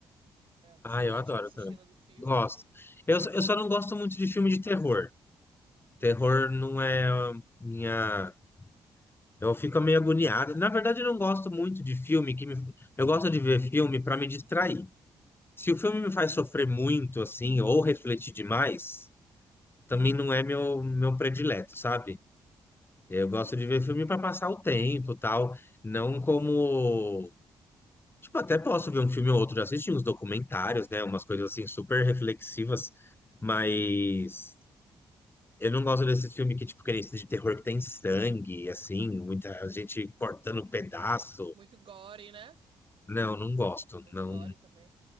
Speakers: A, on the right; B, on the left.
A: Você
B: Ah,
A: gosta
B: eu adoro
A: desse
B: também.
A: estilo de filme?
B: Gosto. Eu, eu só não gosto muito de filme de terror. Terror não é a minha. Eu fico meio agoniado. Na verdade, eu não gosto muito de filme que me... Eu gosto de ver filme para me distrair. Se o filme me faz sofrer muito, assim, ou refletir demais, também não é meu, meu predileto, sabe? Eu gosto de ver filme para passar o tempo, tal, não como Tipo, até posso ver um filme ou outro, já assisti uns documentários, né? Umas coisas assim super reflexivas, mas eu não gosto desse filme que, tipo, que é esse de terror que tem sangue, assim, muita gente cortando pedaço.
A: Muito gore, né?
B: Não, não gosto.
A: Muito
B: Não.
A: gore também.